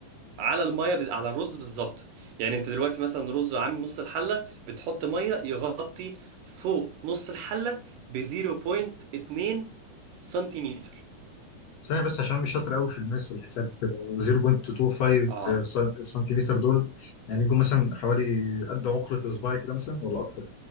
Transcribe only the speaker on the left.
ثانية بس عشان مش شاطر قوي في الماس والحساب وكده 0.25
سن- سنتيمتر دول يعني يجوا مثلا حوالي قد عقلة إصبعي كده مثلا ولا أكتر